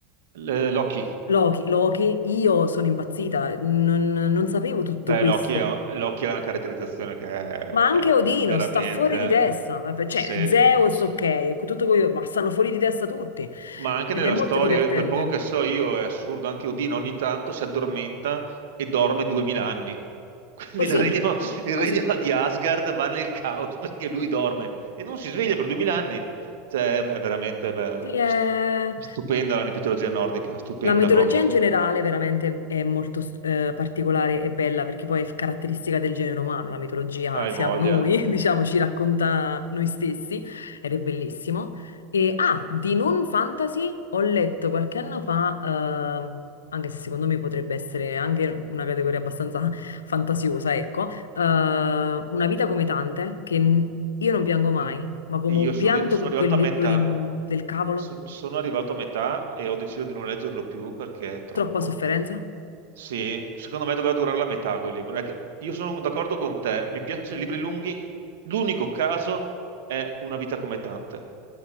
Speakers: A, on the right (about 65°); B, on the left (about 75°).
A: Le- Loki.
B: Loki, Loki, io sono impazzita, non, non sapevo tutto
A: Beh,
B: questo.
A: Loki è, Loki è una caratterizzazione che è,
B: Ma
A: è
B: anche Odino
A: veramente...
B: sta fuori di testa, ma per- cioè
A: eh,
B: Zeus
A: Se,
B: ok, tutto quello, ma stanno fuori di testa tutti
A: ma anche
B: ed
A: nella
B: è molto
A: storia,
B: divertente.
A: quel poco che so io è assurdo, anche Odino ogni tanto si addormenta e dorme 2000 anni. <laughs> Quindi
B: Così,
A: il regno, il
B: così.
A: regno di Asgard va nel caos perché lui dorme e non si sveglia per 2000 anni. Cioè, è veramente beh,
B: Sì, eh,
A: stupenda la mitologia nordica, stupenda
B: La mitologia
A: proprio.
B: in generale veramente è molto eh, particolare e bella perché poi è caratteristica del genere umano, la mitologia
A: Hai
B: siamo
A: voglia.
B: noi, <laughs> diciamo, ci racconta noi stessi ed è bellissimo. E ah, di non fantasy ho letto qualche anno fa, eh, anche se secondo me potrebbe essere anche una categoria abbastanza <laughs> fantasiosa, ecco, eh, Una vita come tante, che n- io non piango mai,
A: L-
B: ma come
A: Io
B: ho
A: sono,
B: pianto
A: arri- sono
B: con
A: arrivato
B: quel libro
A: a metà,
B: di- del cavolo,
A: son- sono arrivato a metà e ho deciso di non leggerlo più perché è troppo.
B: troppa sofferenza.
A: Sì, secondo me doveva durare la metà quel libro. È che io sono d'accordo con te, mi piacciono i libri lunghi. L'unico caso è Una vita come tante.